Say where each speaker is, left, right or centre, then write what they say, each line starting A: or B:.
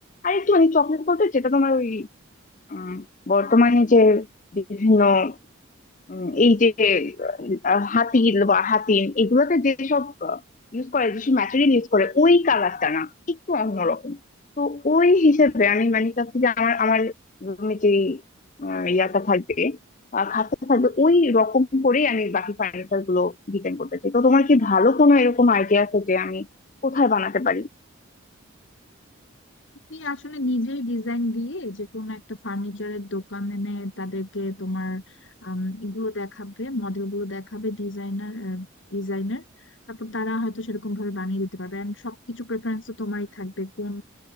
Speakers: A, on the left; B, on the left.
A: আরেকটু মানে চকলেট বলতে যেটা তোমার ওই উম, বর্তমানে যে বিভিন্ন উম, এই যে আহ, হাতি বা হাতিম এগুলোতে যেসব ইউজ করে যেসব ম্যাটেরিয়াল ইউজ করে ওই কালারটা না একটু অন্যরকম তো ওই হিসেবে আমি মানে চাচ্ছি যে আমার আমার রুমে যে আহ, ইয়াটা থাকবে আহ, খাটটা থাকবে ওই রকম করে আমি বাকি ফার্নিচার গুলো ডিজাইন করতে চাই তো তোমার কি ভালো কোনো এরকম আইডিয়া আছে যে আমি কোথায় বানাতে পারি
B: তুমি আসলে নিজেই ডিজাইন দিয়ে যে কোনো একটা ফার্নিচারের দোকানে এনে তাদেরকে তোমার আম, এগুলো দেখাবে মডেল গুলো দেখাবে ডিজাইনার ডিজাইনার তারপর তারা হয়তো সেরকম ভাবে বানিয়ে দিতে পারবে এন্ড সবকিছু প্রেফারেন্স তো তোমারই থাকবে কোন